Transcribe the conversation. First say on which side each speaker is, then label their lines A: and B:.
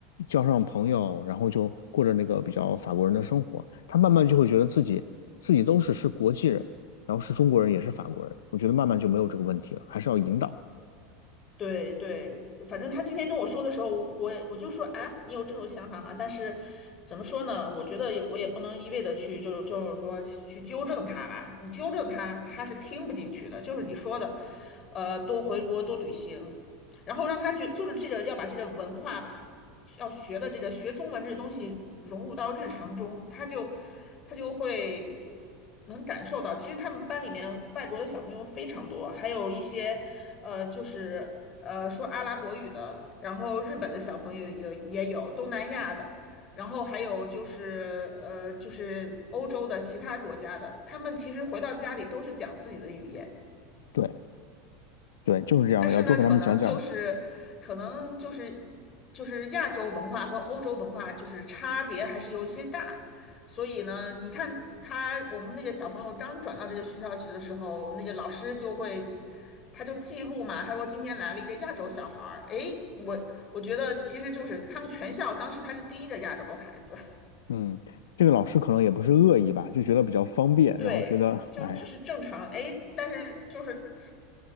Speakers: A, on the left; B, on the left.
A: 交上朋友，然后就过着那个比较法国人的生活，他慢慢就会觉得自己自己都是是国际人，然后是中国人也是法国人。我觉得慢慢就没有这个问题了，还是要引导。
B: 对对，反正他今天跟我说的时候，我我也我就说啊，你有这种想法吗？但是怎么说呢？我觉得也我也不能一味的去，就是就是说去纠正他吧。你纠正他，他是听不进去的。就是你说的，呃，多回国多旅行，然后让他就就是这个要把这个文化吧，要学的这个学中文这个东西融入到日常中，他就他就会。能感受到，其实他们班里面外国的小朋友非常多，还有一些，呃，就是呃说阿拉伯语的，然后日本的小朋友也也有，东南亚的，然后还有就是呃就是欧洲的其他国家的，他们其实回到家里都是讲自己的语言，
A: 对对，就是这样的，
B: 但是呢，
A: 要多给他们讲讲。
B: 可能就是可能就是就是亚洲文化和欧洲文化就是差别还是有一些大，所以呢，你看他我们那个小朋友刚转到这个学校去的时候，那个老师就会。他就记录嘛，他说今天来了一个亚洲小孩儿，诶，我我觉得其实就是他们全校当时他是第一个亚洲孩子，
A: 嗯，这个老师可能也不是恶意吧，就觉得比较方便，
B: <laughs> 对，
A: 然后觉得，
B: 就只是正常，
A: 哎，
B: 诶，但是就是